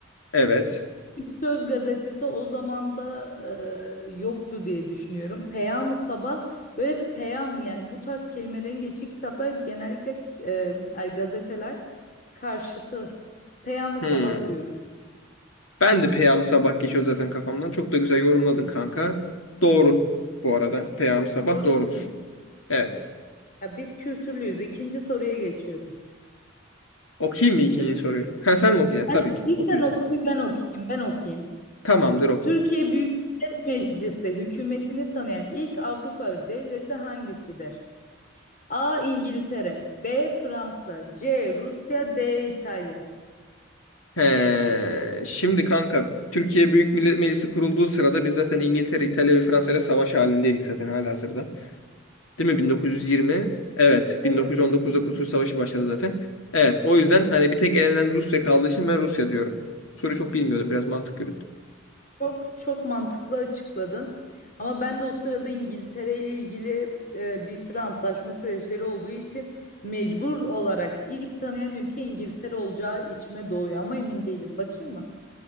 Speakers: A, on the left; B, on the left.
A: Evet.
B: Türk Söz gazetesi o zaman da e, yoktu diye düşünüyorum. Peyam-ı Sabah böyle peyam yani bu tarz kelimelerin geçtiği kitaplar genellikle e, ay, gazeteler karşıtı. Peyam-ı Sabah
A: Hmm.
B: diyorum.
A: Ben de Peyam-ı Sabah geçiyor zaten kafamdan. Çok da güzel yorumladın kanka. Doğru bu arada. Peyam-ı Sabah
B: Doğru
A: doğrudur.
B: değil mi?
A: Evet.
B: Ya biz kültürlüyüz. İkinci soruya geçiyorum.
A: Okuyayım mı ikinci
B: Türk,
A: soruyu? Ha sen mi okuyacaksın?
B: Ben-
A: Tabii
B: bir
A: ki. Oku
B: sen
A: lütfen.
B: oku bir ben okuyayım. Ben okuyayım.
A: Tamamdır oku.
B: Türkiye Büyük Millet Meclisi hükümetini tanıyan ilk Avrupa devleti hangisidir? A. İngiltere, B. Fransa, C. Rusya, D. İtalya.
A: He, şimdi kanka Türkiye Büyük Millet Meclisi kurulduğu sırada biz zaten İngiltere, İtalya ve Fransa ile savaş halindeydik zaten halihazırda. Değil mi? 1920. Evet.
B: Evet.
A: 1919'da Kurtuluş Savaşı başladı zaten. Evet. O yüzden hani bir tek elenen Rusya kaldığı için ben Rusya diyorum. Soruyu çok bilmiyordum. Biraz mantık yürüttüm.
B: Çok çok mantıklı açıkladın. Ama ben de o sırada İngiltere ile ilgili e, bir sürü antlaşma süreçleri olduğu için mecbur olarak ilk tanıyan ülke İngiltere olacağı içime doğuyor ama emin değilim. Bakayım mı?